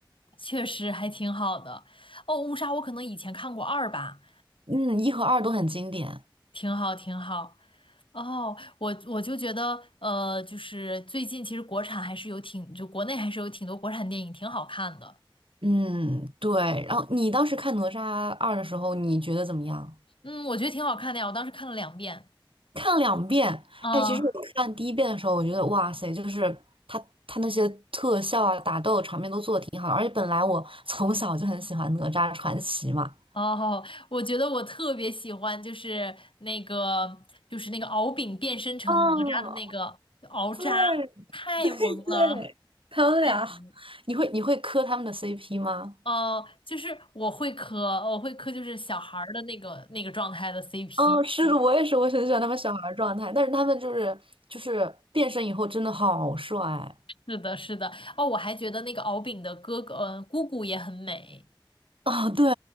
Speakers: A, on the left; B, on the right.
A: 确实还挺好的。哦，误杀我可能以前看过二吧，
B: 嗯，一和二都很经典。
A: 挺好挺好。哦，我我就觉得，呃，就是最近其实国产还是有挺，就国内还是有挺多国产电影挺好看的，
B: 嗯，对。然后你当时看《哪吒二》的时候，你觉得怎么样？
A: 嗯，我觉得挺好看的呀，我当时看了两遍。
B: 看了两遍。
A: 嗯，
B: 哎，其实我看第一遍的时候，我觉得哇塞，就是他他那些特效啊、打斗场面都做的挺好的。而且本来我从小就很喜欢《哪吒传奇》嘛。
A: 哦，我觉得我特别喜欢，就是那个，就是那个敖丙变身成哪吒的那个敖吒，
B: 哦，对
A: 太萌了，
B: <laughs> 对对，他们俩，
A: 太萌了。
B: 你会你会磕他们的 CP 吗？
A: 哦，就是我会磕，我会磕，就是小孩儿的那个那个状态的 CP。
B: 哦，是的，我也是，我很喜欢他们。小孩儿状态，但是他们就是就是变身以后真的好帅。
A: 是的，是的。哦，我还觉得那个敖丙的哥哥，嗯、姑姑也很美，
B: <laughs> 哦，对，